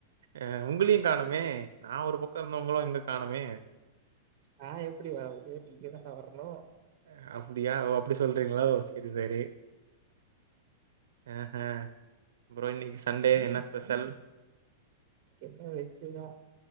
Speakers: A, on the right; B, on the right.
A: ஆஹ் உங்களையும் காணமே நான் ஒரு பக்கம் இருந்தவங்களோ எங்க காணோமே
B: நா எப்டி வற்றது நீங்க தான வர்ணு
A: ஆ அப் புடியா <unintelligible> அப்டி சொல்றீங்களா ஓ சேரி சேரி ஆ ஹ புரோ இன்னக்கி சண்டே என்ன ஸ்பெஷல்
B: கென்ன வெச்சுதா